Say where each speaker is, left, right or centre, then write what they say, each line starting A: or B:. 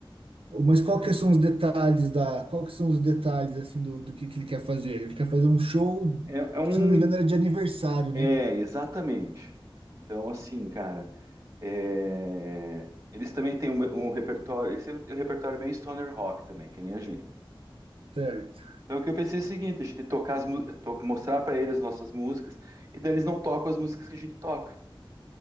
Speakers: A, on the right; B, on the right.
A: mas qual que são os detalhes da, qual que são os detalhes, assim, do, do que, que ele quer fazer? Ele quer fazer um show,
B: É, é um.
A: se eu não me engano, era de aniversário,
B: É,
A: né?
B: exatamente. Então, assim, cara, é, eles também têm um, um repertório. Esse é um repertório bem stoner rock também, que nem a gente.
A: Certo.
B: Então, o que eu pensei é o seguinte: a gente tocar as, mu- to- mostrar para eles as nossas músicas, e daí eles não tocam as músicas que a gente toca,